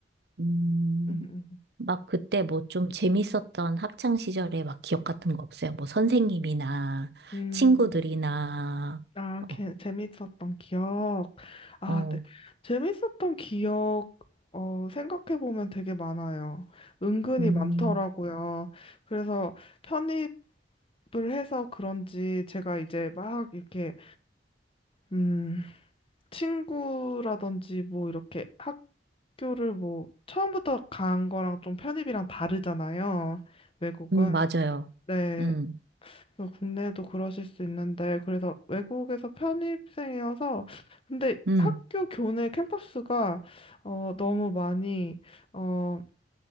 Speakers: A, on the right; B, on the left.
A: 음,
B: 음, 음.
A: 막 그때 뭐 좀 재밌었던 학창 시절에 막 기억 같은 거 없어요? 뭐 선생님이나
B: 음,
A: 친구들이나,
B: 음. 아, 게,
A: 어,
B: 재밌었던 기억. 아,
A: 어,
B: 네. 재밌었던 기억, 어, 생각해보면 되게 많아요. 은근히
A: 음,
B: 많더라고요. 그래서 편입 을 해서 그런지 제가 이제 막 이렇게 음, 친구라든지 뭐 이렇게 학교를 뭐 처음부터 간 거랑 좀 편입이랑 다르잖아요. 외국은.
A: 음, 맞아요.
B: 네.
A: 음,
B: 그래서 국내도 그러실 수 있는데 그래서 외국에서 편입생이어서 근데
A: 음.
B: 학교 교내 캠퍼스가 어 너무 많이 어